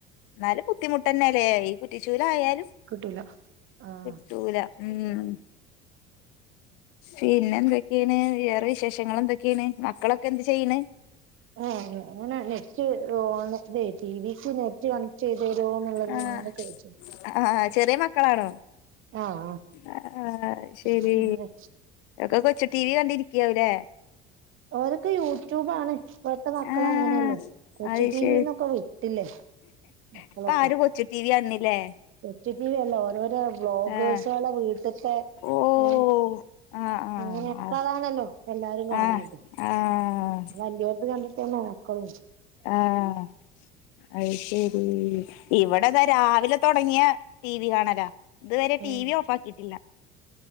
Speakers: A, on the left; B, on the right.
A: എന്നാലും ബുദ്ധിമുട്ട് തന്നെല്ലേ ഈ കുറ്റിച്ചൂലായാലും
B: കിട്ടുല ആഹ്
A: കിട്ടുല ഉം പിന്നെ എന്തൊക്കെ ക്കെയാണ് വേറെ വിശേഷങ്ങൾ എന്തൊക്കെയാണ് മക്കളൊക്കെ എന്ത് ചെയ്യണ്
B: ആഹ് ഞങ്ങനെ നെറ്റ് ഓണ് അതെ ടി വിക്ക് നെറ്റ് കണക്ട് ചെയ്ത് തരോ എന്നുള്ളതിൽ
A: ആഹ്
B: അങ്ങനെ ചോയിച്ചണ്
A: ആഹ് ചെറിയ മക്കളാണോ
B: ആഹ്
A: ആഹ്
B: ആഹ്
A: ശരി
B: അങ്ങനെ
A: ഒക്കെ കൊച്ചു ടി വി കണ്ടിരിക്കവല്ലേ
B: ഓരൊക്കെ യൂട്യൂബാണ് ഇപ്പഴത്തെ മക്കളങ്ങനെല്ലേ.
A: ആഹ്
B: കൊച്ചി
A: അത്
B: ടിവിന്നൊക്കെ
A: ശരി
B: വിട്ടില്ലേ മക്കളൊക്കെ
A: ഇപ്പ ആര് കൊച്ചു ടി വി കാണിനല്ലേ
B: കൊച്ചു ടീവി അല്ല ഓരോരോ ബ്ലോഗേഴ്സെള
A: ആഹ്
B: വീട്ടത്തെ
A: ഓഹ്
B: ഏ
A: ആഹ് ആഹ്
B: അങ്ങനെപ്പതാണല്ലോ എല്ലാരും കാണത്
A: ആഹ് ആഹ്
B: വല്ലോല്ത് കണ്ട് ന്ന മക്കള
A: ആഹ് അഹ് ശരി ഇവിടെതാ രാവിലെ തൊടങ്ങിയ ടി വി കാണലാ ഇതുവരെ ടി
B: ഉം
A: വി ഓഫാക്കിട്ടില്ല